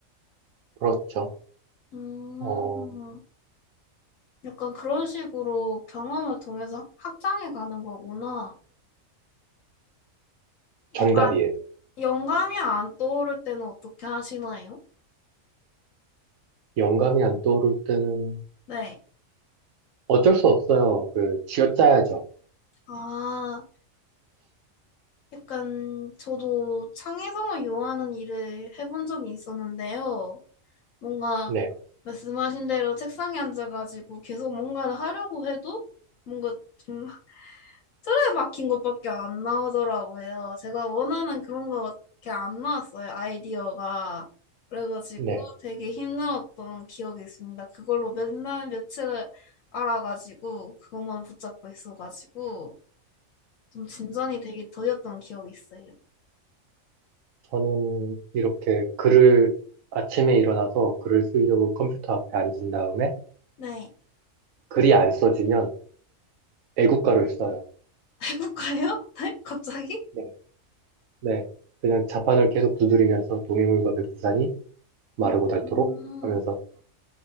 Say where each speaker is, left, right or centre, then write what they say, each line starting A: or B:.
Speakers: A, on the right; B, on the left.
A: 그렇죠.
B: 음,
A: 어,
B: 약간 그런 식으로 경험을 통해서 확- 확장해 가는 거구나.
A: 정답이에요.
B: 약간 영감이 안 떠오를 때는 어떻게 하시나요?
A: 영감이 안 떠오를 때는
B: 네.
A: 어쩔 수 없어요. 그, 쥐어짜야죠.
B: 아, 약간 저도 창의성을 요하는 일을 해본 적이 있었는데요. 뭔가
A: 네,
B: 말씀하신 대로 책상에 앉아가지고 계속 뭔가를 하려고 해도 뭔가 좀 틀에 박힌 것밖에 안 나오더라고요. 제가 원하는 그런 거밖에 안 나왔어요. 아이디어가. 그래가지고
A: 네.
B: 되게 힘들었던 기억이 있습니다. 그걸로 몇 날 며칠을 알아가지고 그것만 붙잡고 있어가지고 좀 진전이 되게 더뎠던 기억이 있어요.
A: 저는 이렇게 글을 아침에 일어나서 글을 쓰려고 컴퓨터 앞에 앉은 다음에
B: 네.
A: 글이 안 써지면 애국가를 써요.
B: <laughs> 해볼까요? 네? 갑자기?
A: 네, 네. 그냥 자판을 계속 두드리면서 동해물과 백두산이 마르고
B: 음,
A: 닳도록
B: 음.
A: 하면서